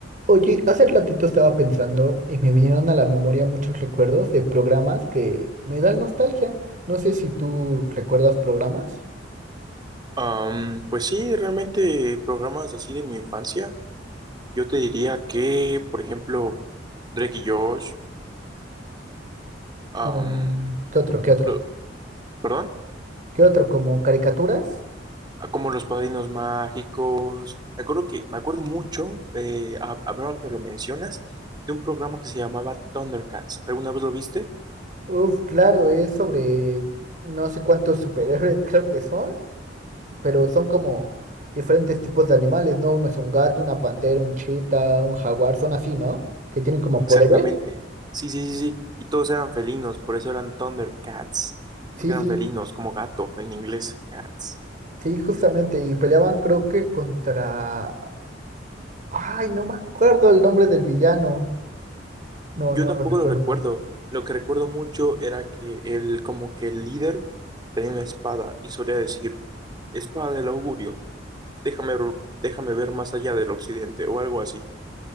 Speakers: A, on the right (about 45°); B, on the right (about 25°).
A: Oye, hace ratito estaba pensando y me vinieron a la memoria muchos recuerdos de programas que me dan nostalgia. No sé si tú recuerdas programas.
B: Am, pues sí, realmente programas así de mi infancia, yo te diría que, por ejemplo, Drake y Josh, am,
A: Um, ¿qué otro? ¿Qué otro?
B: lo- perdón,
A: ¿Qué otro? ¿Como caricaturas?
B: ah, como Los Padrinos Mágicos, me acuerdo que, me acuerdo mucho, eh, a- ahora que lo mencionas, de un programa que se llamaba Thundercats, ¿alguna vez lo viste?
A: Uf, claro, es sobre no sé cuántos superhéroes <laughs> creo que son, pero son como diferentes tipos de animales, ¿no? Uno es un gato, una pantera, un chita, un jaguar, son así, ¿no? Que tienen como
B: Exactamente,
A: poderes.
B: sí, sí, sí, sí, y todos eran felinos, por eso eran Thundercats,
A: Sí,
B: porque eran
A: sí,
B: felinos, como gato en inglés, cats.
A: sí, justamente. Y peleaban creo que contra Ay, no me acuerdo el nombre del villano. No,
B: Yo
A: no
B: tampoco
A: lo recuerdo.
B: lo recuerdo. Lo que recuerdo mucho era que él, como que el líder, tenía una espada y solía decir, espada del augurio, déjame, ro- déjame ver más allá del occidente o algo así.